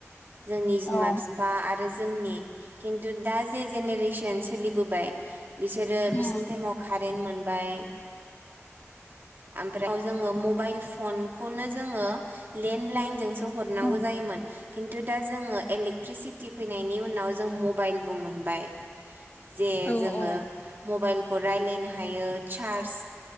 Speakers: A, on the right; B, on the left.
A: जोंनि बिमा
B: औ
A: बिफा आरो जोंनि खिन्थु दा जे जेनेरेसन सोलिबोबाय बिसोरो
B: उम
A: बिसोरनि टाइमाव कारेन्ट मोन बाय ओमफ्राय जोङो मबाइल फनखौनो जोङो लेण्ड लाइन जोंसो हरनांगौ
B: उम
A: जायोमोन खिन्थु दा जोङो इलेकट्रिसिटि फै नायनि उनाव जों मबाइलबो मोनबाय जे
B: औ
A: जोङो
B: उम
A: मबाइल खौ रायलायनो हायो चार्ज